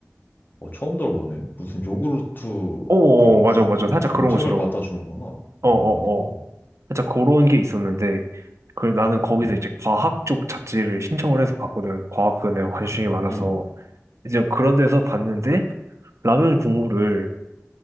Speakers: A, on the left; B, on the right.
A: 어, 처음 들어보네. 무슨 요구르트
B: 어 어,
A: 그
B: 어, 맞아,
A: 구독한
B: 맞아. 살짝
A: 것처럼
B: 그런
A: 책을
B: 거 싫어.
A: 갖다 주는구나.
B: 어어어.
A: 음,
B: 살짝 그런 게 있었는데, 그 나는 거기서
A: 응,
B: 이제 과학 쪽 잡지를 신청을 해서 봤거든. 과학도 내가 관심이
A: 응,
B: 많아서.
A: 응,
B: 이제 그런 데서 봤는데, 라면 국물을